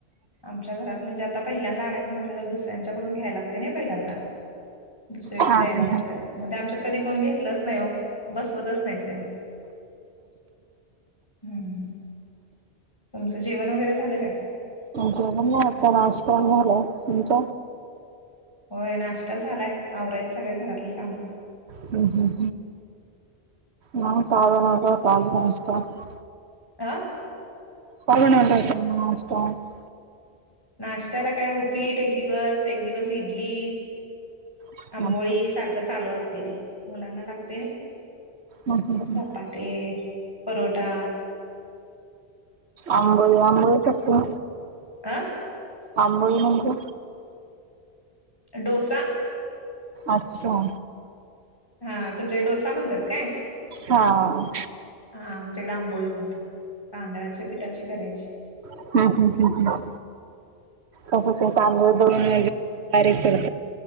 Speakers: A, on the left; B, on the right.
A: आमच्या घरात म्हणजे, आता पहिल्यांदा आणायचं म्हटलं तर दुसऱ्यांच्याकडून घ्याय लागते नाही पहिल्यांदा. दुसरे
B: हा हं,
A: द्या लागतात,
B: हं,
A: म ते आमच्यात कधी कोण घेतलंच नाही हो बसवतच नाहीत कधी ह्, तुमचं जेवण वगैरे झालं काय?
B: जेणन नाही आता नाष्टा झाला, तुमच?
A: होय नाश्ता झालाय, आवरायच चालूय घरातली कामं.
B: हम् हम् हम् का नाता पा इ <unintelligible>
A: आ.
B: पाघणता ना <unintelligible>
A: नाशत्याला काय उपीट एक दिवस, एक दिवस इडली.
B: नाश्ता
A: आंबोळी सारखं चालू असते ते, मुलांना लागते.
B: हं हं हं.
A: धपाटे, परोठा
B: अंबळी अंबळी करते,
A: अ
B: आंबळी म्हणजे?
A: डोसा.
B: अच्छा!
A: हा, तुमच्या डोसा म्हणतात काय?
B: हा.
A: हा आमच्याकडे आंबोळी म्हणतात, तांदळाच्या पिठाची करायची.
B: हम्, ह्, <unintelligible> ह कस ते तांदळ दून वगैरेर